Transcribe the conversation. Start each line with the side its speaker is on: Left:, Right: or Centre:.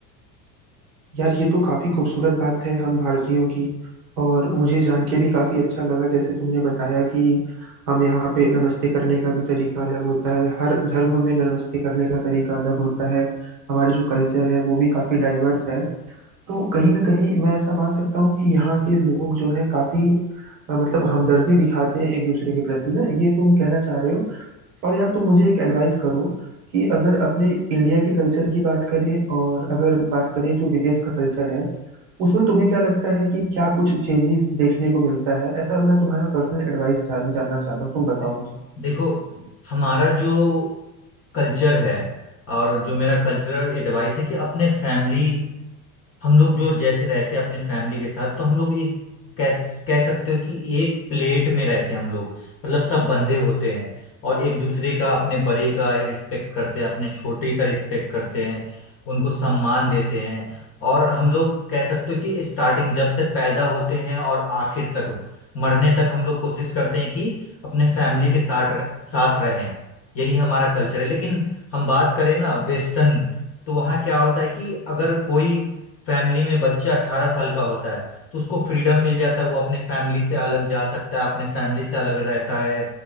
Right: यार ये तो काफी खूबसूरत बात है हम भारतीयों की और मुझे जान के भी काफी अच्छा लगा जैसे तुमने बताया कि हम यहाँ पे नमस्ते करने का भी तरीका अलग होता है हर धर्म में नमस्ते करने का तरीका अलग होता है हमारे जो कल्चर है वो भी काफी डाइवर्स है तो कहीं ना कहीं मैं ऐसा मान सकता हूँ कि यहाँ के लोग जो है काफी अ, मतलब हमदर्दी दिखाते हैं एक दूसरे के प्रति ना ये तुम कहना चाह रहे हो और यार तुम मुझे एक एडवाइस करो कि अगर अपने इंडिया के कल्चर की बात करें और अगर बात करें जो विदेश का कल्चर है उसमें तुम्हें क्या लगता है कि क्या कुछ चेंजेस देखने को मिलता है ऐसा मैं तुम्हारा पर्सनल एडवाइस जान, जानना चाहता हूँ तुम बताओ
Left: दे-
Right: मुझे
Left: देखो हमारा जो कल्चर है और जो मेरा कल्चरल एडवाइस है कि अपने फैमिली हम लोग जो जैसे रहते हैं अपने फैमिली के साथ तो हम लोग एक कह कह सकते हो कि एक प्लेट में रहते हैं हम लोग मतलब सब बंधे होते हैं और एक दूसरे का अपने बड़े का रिस्पेक्ट करते हैं अपने छोटे का रिस्पेक्ट करते हैं उनको सम्मान देते हैं और हम लोग कह सकते हो कि स्टार्टिंग जब से पैदा होते हैं और आखिर तक मरने तक हम लोग कोशिश करते हैं कि अपने फैमिली के साथ साथ रहें यही हमारा कल्चर है लेकिन हम बात करें ना वेस्टर्न तो वहाँ क्या होता है कि अगर कोई फैमिली में बच्चा अट्ठारह साल का होता है तो उसको फ्रीडम मिल जाता है वो अपने फैमिली से अलग जा सकता है अपने फैमिली से अलग रहता है